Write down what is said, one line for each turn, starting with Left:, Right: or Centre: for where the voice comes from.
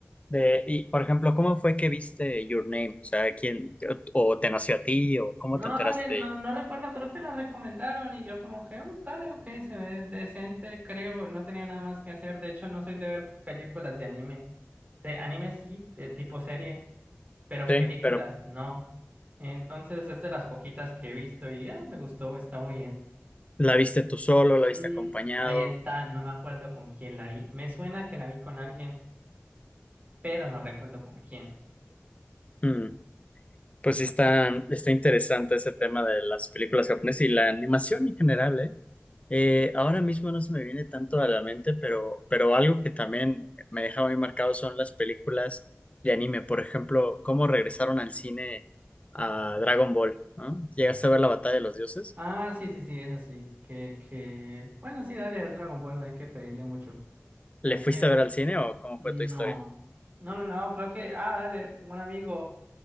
Left: de, y, por ejemplo, ¿cómo fue que viste Your Name? O sea, ¿quién, o, o te nació a ti, o cómo
Right: No,
Left: te enteraste
Right: dale, no,
Left: de ella?
Right: no recuerdo, creo que la recomendaron y yo como que, "Mm, dale, ok, se ve decente, creo, no tenía nada más que hacer. De hecho, no soy de ver películas de anime. De anime sí, de tipo serie, pero
Left: Sí,
Right: películas
Left: pero
Right: no. Entonces es de las poquitas que he visto y eh, me gustó, estaba bien.
Left: ¿la viste tú solo, la
Right: Mm,
Left: viste acompañado?
Right: ahí está, no me acuerdo con quién la vi. Me suena que la vi con alguien, pero no recuerdo con quién.
Left: Mm. Pues sí está, está interesante ese tema de las películas japonesas y la animación en general, ¿eh? Eh, ahora mismo no se me viene tanto a la mente, pero, pero algo que también me deja muy marcado son las películas de anime. Por ejemplo, cómo regresaron al cine a Dragon Ball, ¿no? ¿Llegaste a ver la Batalla de los Dioses?
Right: Ah, sí, sí, sí, es así. Que, que, bueno, sí, dale, es Dragon Ball, no hay que pedirle mucho.
Left: ¿Le
Right: Hay
Left: fuiste
Right: que,
Left: a ver al cine o cómo
Right: no.
Left: fue tu historia?
Right: No, no, no, creo que, ah, dale, un amigo